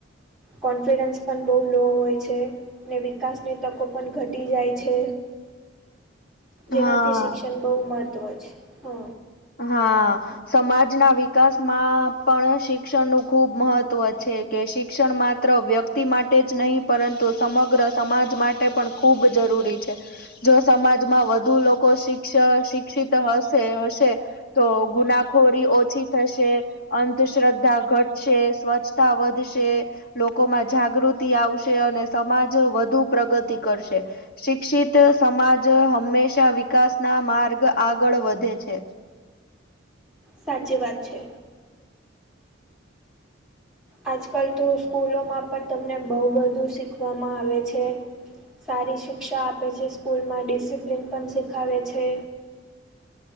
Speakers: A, in the centre; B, on the left.
A: કોન્ફિડન્સ પણ બહુ લો હોય છે. ને વિકાસની તકો પણ ઘટી જાય છે.
B: હા
A: જેનાથી શિક્ષણ બહુ મહત્વ છે હ.
B: હા. સમાજના વિકાસમાં પણ શિક્ષણ નું ખુબ મહત્વ છે. કે શિક્ષણ માત્ર વ્યક્તિ માટે જ નહીં પરંતુ સમગ્ર સમાજ માટે પણ ખૂબ જરૂરી છે. જો સમાજમાં વધુ લોકો શિક્ષ શિક્ષિત હશે હશે તો ગુનાખોરી ઓછી થશે. અંધશ્રદ્ધા ઘટશે સ્વચ્છતા વધશે. લોકોમાં જાગૃતિ આવશે અને સમાજ વધુ પ્રગતિ કરશે. શિક્ષિત સમાજ હંમેશા વિકાસ ના માર્ગ આગળ વધે છે.
A: સાચી વાત છે. આજકાલ તો સ્કૂલોમાં પણ તમને બહુ બધું શીખવામાં આવે છે. સારી શિક્ષા આપે છે સ્કૂલમાં ડિસિપ્લિન પણ શીખાવે છે.